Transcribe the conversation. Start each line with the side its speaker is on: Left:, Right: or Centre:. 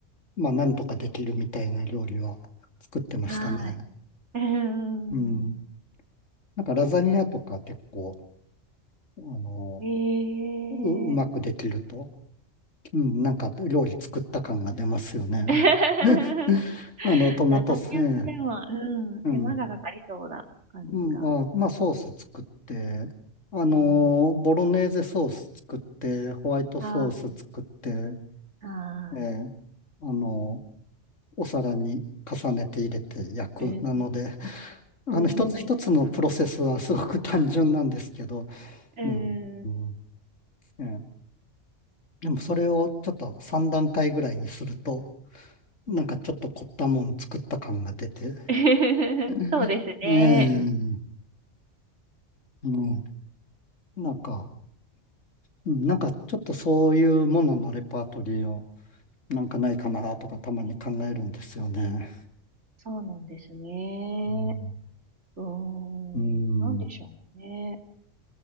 Left: まあ、なんとかできるみたいな料理は作ってましたね。
Right: はい。うん。
Left: うん。なんか、ラザニアとか結構、あの、
Right: ええ
Left: う、うまくできると、うん、なんか料理作った感が出ますよね。
Right: <laughs>
Left: <laughs> あの、トマトス、
Right: ラザニアもでも、
Left: ええ
Right: うん、手間がかかりそうな感じが。
Left: うん。うんまあ、まあ、ソース作って、あの、
Right: うん。
Left: ボロネーゼソース作って、ホワイトソース作って、
Right: はい。は
Left: ええあの、お皿に重ねて入れて焼く。
Right: い。うん。
Left: なので、あの、
Right: うん。
Left: 一つ一つのプロセスはすごく単純なんですけど、
Right: うん。
Left: うん。うんええでもそれをちょっと3段階ぐらいにすると、なんかちょっと凝ったもん作った感が出て、
Right: うん <laughs>
Left: う
Right: そうですね。
Left: んええ、
Right: うん
Left: うんなんか、うんなんかちょっとそういうもののレパートリーをなんかないかなとかたまに考えるんですよね。
Right: そうなんですね。
Left: うん、
Right: うーん。
Left: うん
Right: なんでしょうね。